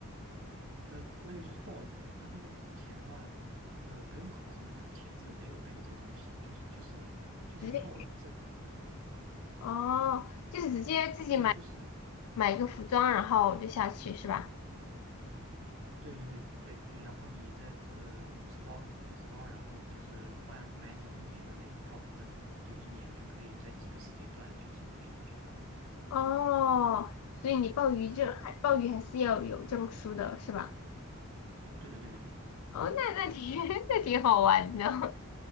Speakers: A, on the right; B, on the left.
A: 呃，那个就是鲍鱼，它那个浮潜的话，呃，不用考什么浮潜证，没有没有这个东西，就是就是就是鲍鱼证，
B: 直接哦，就是直接自己买
A: 对，就是。
B: 买一个服装，然后就下去是吧？
A: 对对对对，就然后你再呃五十刀五十刀，然后就是换买你一年的那个鲍鱼证，就一年就可以在几个时间段就是去去抓。
B: 哦，所以你鲍鱼证还鲍鱼还是要有证书的是吧？
A: 嗯，对对对对对，
B: 哦，那那挺 <laughs> 那挺好玩的。